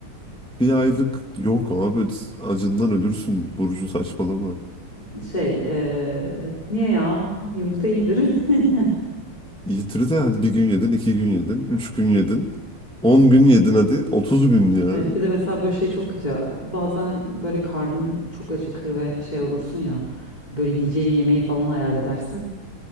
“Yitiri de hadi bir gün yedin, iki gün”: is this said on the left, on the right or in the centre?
Centre